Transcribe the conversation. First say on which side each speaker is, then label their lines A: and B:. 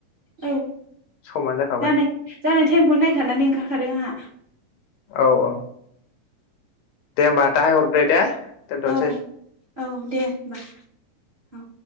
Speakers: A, on the right; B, on the left.
A: औ।
B: समानो जाखाबाय
A: जानाय जानाय टाइमखौ नाय थानानै ओं <unintelligible> आंहा।
B: औ औ दे होमबा दाहाय हरदो दे दोनथ'नोसै
A: औ औ दे होनबा। औ।